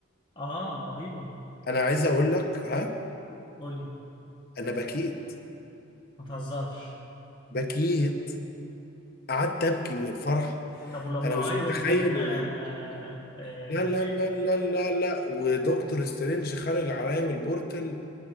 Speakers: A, on the left (about 25°); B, on the left (about 50°).
A: اه رهيبه
B: انا عايز اقول لك ها
A: قول لي
B: انا بكيت
A: ما تهزرش
B: بكيت قعدت ابكي من الفرح
A: طب ولما
B: انا مش
A: ايرون
B: متخيل
A: مان
B: إن-
A: آه آه
B: لا لا لا لا لا لا ودكتور سترينج خارج عليا من البورتل